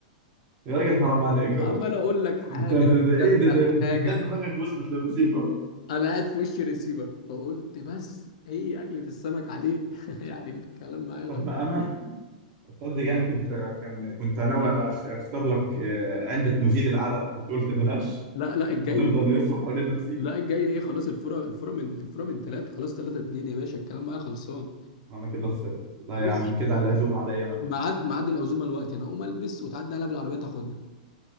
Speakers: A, on the right (about 30°); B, on the left (about 55°).
A: يا راجل حرام عليك
B: ما
A: يا راجل
B: عمال اقول لك حاجه
A: انت ده, ده
B: بتشغل
A: ايه ده, ده انت
B: حاجه
A: تلاقي دماغك وصلت للرسيفر
B: انا قاعد في وش الريسيفر فقلت بس هي اكلة السمك عليه <laughs> يعني الكلام معايا غلط
A: طب بأمانة تصدق انا كنت كان كنت ناوي أخ- اختار لك آه، علبة مزيل العرق بس قلت بلاش
B: لا لا الجاي
A: هنفضل نلف حوالين نفسينا
B: لا الجاي ايه خلاص الفرق الفرق من الفرق من ثلاثة خلاص ثلاثة اتنين يا باشا الكلام معايا خلصان
A: انا كده خسرت لا
B: بص
A: يا عم كده على العزومة عليا انا بكره
B: ميعاد ميعاد العزومة الوقت انا اقوم البس وتعدي عليا بالعربية تاخدنا